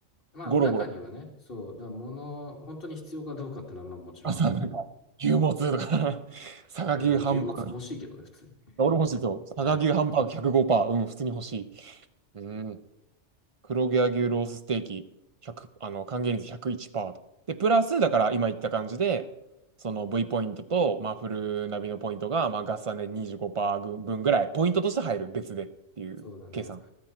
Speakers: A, on the left; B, on the right.
A: まあ中にはね、
B: ゴロゴロ、
A: そう、だ物、本当に必要かどうかってのはまあもちろんあるけど。
B: あさなんか、牛もつとか、<laughs> 佐賀牛ハンバーグ。
A: いやでも牛もつ欲しいけどね、普通に。
B: 俺も欲しいぞ。佐賀牛ハンバーグ105%。
A: うん。
B: うん、普通に欲しい。うん。黒毛和牛ロースステーキ、100、あの、還元率101%。で、プラス、だから今言った感じで、その V ポイントと、まあ、フルナビのポイントが、まあ、合算で25%分ぐらい、ポイントとして入る、別でっていう計算。
A: そうだね。